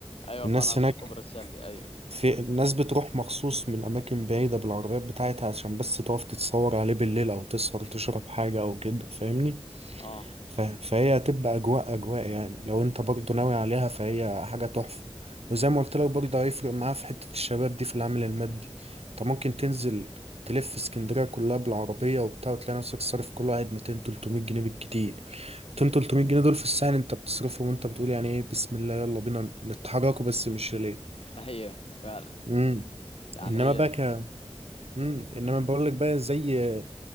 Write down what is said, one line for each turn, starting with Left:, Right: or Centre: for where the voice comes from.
Left: ايوه
Right: الناس
Left: فعلا اسمه
Right: هناك
Left: كوبري السلي ايوه
Right: في الناس بتروح مخصوص من أماكن بعيدة بالعربيات بتاعتها عشان بس تقف تتصور عليه بالليل أو تسهر تشرب حاجة أو كده فاهمني
Left: اه
Right: ف- فهي هتبقى اجواء اجواء يعني لو انت برضه ناوي عليها فهي حاجه تحفه وزي ما قلت لك برضه هيفرق معاها في حته الشباب دي في العامل المادي انت ممكن تنزل تلف اسكندريه كلها بالعربيه وبتاع وتلاقي نفسك صارف كل واحد 200 300 جنيه بالكتير 200 300 جنيه دول في الساعه انت بتصرفهم وانت بتقول يعني ايه بسم الله يلا بينا نتحركوا بس مش ليه
Left: هي فعلا
Right: امم
Left: يعني
Right: انما
Left: هي
Right: بقى ك... امم انما بقول لك بقى زي